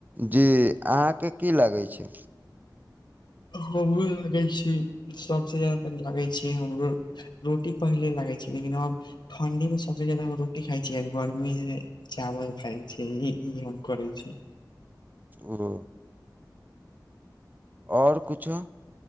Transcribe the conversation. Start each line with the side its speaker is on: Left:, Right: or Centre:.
Right: जी आहाँ के की लगै छै
Left: हमरो लागै छी सबसे जादा लागै छी हमरो रोटी पहिले लागै छै लेकिन आब ठण्डी मे सबसे ज्यादा हम रोटी खाय छियै अभी गर्मी <unintelligible> चावल खाय छी इहे मोन करै छैय
Right: <unintelligible> और कुछो